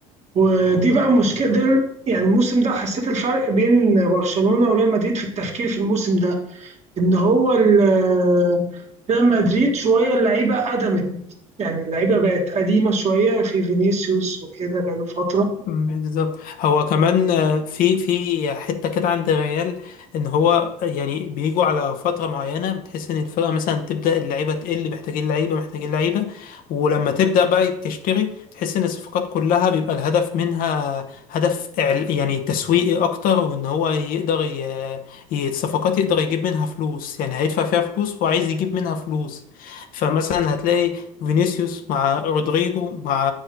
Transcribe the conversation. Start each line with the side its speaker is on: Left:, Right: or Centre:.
Right: ودي بقى مشكلة ده يعني الموسم ده حسيت الفرق بين برشلونة وريال مدريد في التفكير في الموسم ده ان هو ال- ريال مدريد شوية اللعيبة قدمت يعني اللعيبة بقت قديمة شوية في فينيسيوس وكده بقاله فترة
Left: بالظبط هو كمان آه، في في حته كده عند الريال ان هو يعني بيجوا على فتره معينه بتحس ان الفرقه مثلا تبدا اللعيبه تقل محتاجين لعيبه محتاجين لعيبه ولما تبدا بقى تشتري تحس ان الصفقات كلها بيبقى الهدف منها هدف إعل- يعني تسويقي اكتر وان هو يقدر ي- ي- الصفقات يقدر يجيب منها فلوس يعني هيدفع فيها فلوس وعايز يجيب منها فلوس فمثلا هتلاقي فينيسيوس مع رودريجو مع